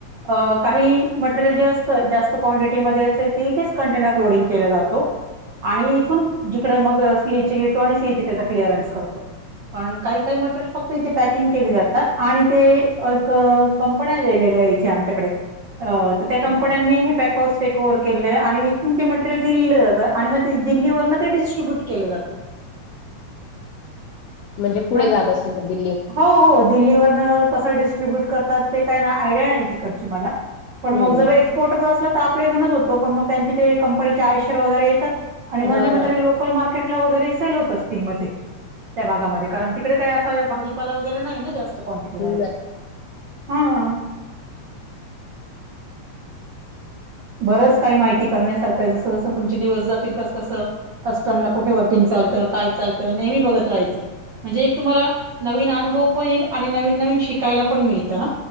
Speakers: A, on the right; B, on the left.
A: अ काही मटेरियल जे असतं जास्त क्वांटिटी मध्ये असेल ते इथेच कंटेनर लोडिंग केला जातो आणि इथून जिकडे मग पी एच ए घेतो आणि सीए ची त्याचा क्लिअरन्स करतो पण काही काही मटेरियल फक्त इथे पॅकिंग केली जातात आणि ते एक कंपन्या वेगवेगळ्या इथे आमच्याकडे अ त्या कंपन्यांनी
B: हा
A: हे पॅक हाऊस कोअर केलेय आणि इथून ते मटेरियल दिल्लीला जात आणि मग दिल्लीवरन ते डिस्ट्रीब्यूट केलं जातं
B: म्हणजे पुढे
A: हं.
B: जात असेल लगेच.
A: हो हो दिल्लीवरन कसं डिस्ट्रीब्युट करतात ते काय ना आयडिया नाही तिकडची मला पण
B: हम्म
A: मग जर एक्सपोर्टरच असलं तर आपला इथूनच होतो पण मग त्यांचे ते कंपनीचे आयशर वगैरे येतात आणि म्हणजे
B: हा
A: मग त्या लोकल मार्केटला वगैरे सेल होत असतील मग ते त्या भागामध्ये कारण तिकडे काय असा भाजीपाला वगैरे नाही ना जास्त क्वांटिटीमध्ये
B: हो.
A: हम्म बरंच काही माहिती करण्यासारखं जस जसं तुमचे दिवस जातील तस तसं कस्टम ला कुठे वर्किंग चालतं काय चालतं नेहमी बघत राहायचं म्हणजे एक तुम्हाला नवीन अनुभव पण येईल, आणि नवीन नवीन शिकायला पण मिळतं हं.